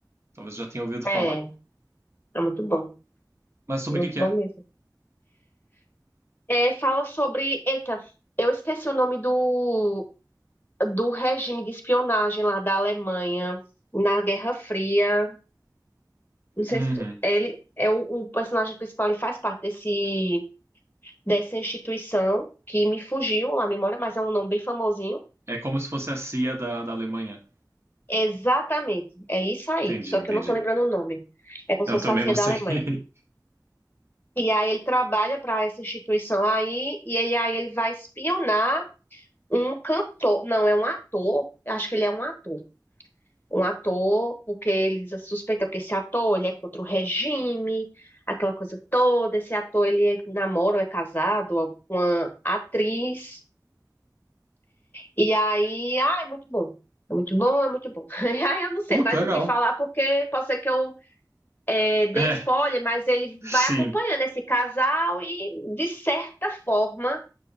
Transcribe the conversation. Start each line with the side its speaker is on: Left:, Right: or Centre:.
Right: Talvez já tenha ouvido
Left: É,
Right: falar.
Left: é muito bom.
Right: Mas sobre
Left: Muito
Right: o que que
Left: bom
Right: é?
Left: mesmo. É, fala sobre. Eita, eu esqueci o nome do, do regime de espionagem lá da Alemanha na Guerra Fria. Não sei
Right: Uhum.
Left: se tu- ele é o, o personagem principal, ele faz parte desse, dessa instituição que me fugiu a memória, mas é um nome bem famosinho.
Right: É como se fosse a CIA da, da Alemanha.
Left: Exatamente, é isso aí.
Right: Entendi,
Left: Só
Right: entendi.
Left: que eu não tô lembrando o nome. É como
Right: Eu
Left: se fosse
Right: também
Left: a CIA
Right: não
Left: da
Right: sei.
Left: Alemanha.
Right: <laughs>
Left: E aí ele trabalha para essa instituição aí, e ele, aí ele vai espionar um cantor. Não, é um ator. Acho que ele é um ator. Um ator, porque eles suspeitam que esse ator ele é contra o regime, aquela coisa toda. Esse ator ele é- namora ou é casado com uma atriz. E aí, ah, é muito bom. É muito bom, é muito bom. <laughs> Aí eu não sei
Right: Pô,
Left: mais
Right: que legal.
Left: o que falar, porque pode ser que eu é, dê
Right: É,
Left: spoiler, mas ele
Right: sim.
Left: vai acompanhando esse casal e, de certa forma,